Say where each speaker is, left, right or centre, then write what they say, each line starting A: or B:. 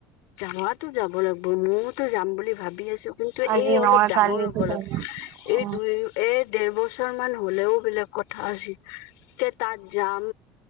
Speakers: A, on the left; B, on the right.
A: যোৱাতো যাব লাগিব ময়োতো যাম বুলি ভাবি আছো কিন্তু
B: আজি
A: এই
B: নহয়
A: অলপ ডাঙৰ
B: কালিতো
A: হ'লে
B: যাব অ
A: এই দুই এৰ ডেৰ বছৰ মান হলেও বেলেগ কথা আছিল তে তাত যাম